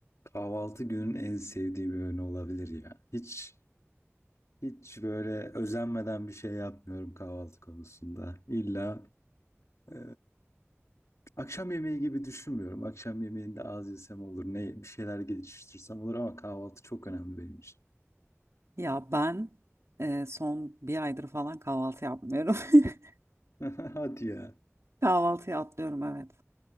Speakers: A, on the left; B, on the right.
A: Kahvaltı günün en sevdiği bir öğün olabilir ya. Hiç hiç böyle özenmeden bir şey yapmıyorum kahvaltı konusunda. İlla e, akşam yemeği gibi düşünmüyorum. Akşam yemeğinde az yesem olur, ne bir şeyler geliştirsem olur ama kahvaltı çok önemli benim için.
B: Ya ben e, son bir aydır falan kahvaltı yapmıyorum. <laughs>
A: <laughs> Hadi ya.
B: Kahvaltıyı atlıyorum evet.